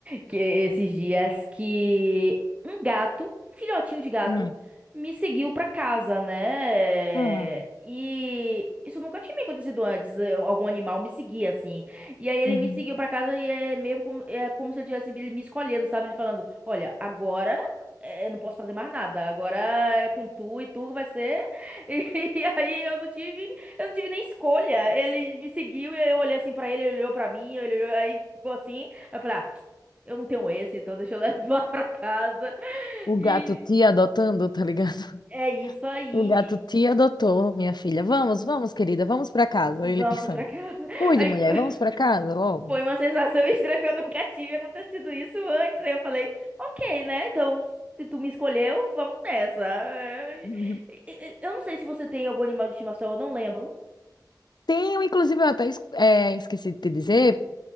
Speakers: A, on the right; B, on the left.
A: que esses dias que um gato, um filhotinho de gato,
B: Hum.
A: me seguiu pra casa, né?
B: Ah,
A: E isso nunca tinha me acontecido antes. eu- Algum animal me seguia assim. E aí ele
B: uhum.
A: me seguiu pra casa e é meio como, é como se eu tivesse ele me escolhendo, sabe? Ele falando: "Olha, agora é, eu não posso fazer mais nada. Agora é com tu e tu vai ser <laughs> e aí eu não tive eu não tive nem escolha. Ele me seguiu e eu olhei assim pra ele, ele olhou pra mim, ele olhou, aí ficou assim. Aí eu falei, ah, eu não tenho esse, então deixa eu <laughs> levar pra casa.
B: o
A: E
B: gato te adotando, tá ligado? <laughs>
A: é isso aí.
B: O gato te adotou, minha filha. Vamos, vamos, querida, vamos pra casa.
A: Vamos
B: Aí Ele pensando.
A: pra casa.
B: Cuide,
A: Aí
B: mulher,
A: <laughs>
B: vamos pra casa logo.
A: foi uma sensação estranha, porque eu nunca tive acontecido isso antes. Aí eu falei, ok, né? Então, se tu me escolheu, vamos nessa. Eh,
B: Uhum.
A: eh, Eu não sei se você tem algum animal de estimação, eu não lembro.
B: Tenho, inclusive, eu até es- é, esqueci de te dizer